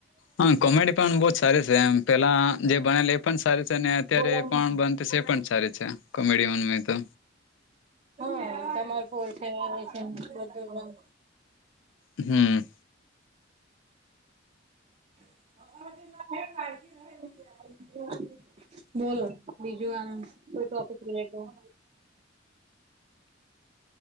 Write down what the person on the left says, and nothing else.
હા કોમેડી પણ બહુ જ સારી છે એમ પેલા જે બનેલ એ પણ સારી છે ને અત્યારે
પણ પણ સારી છે કોમેડિયન માં તો
હમ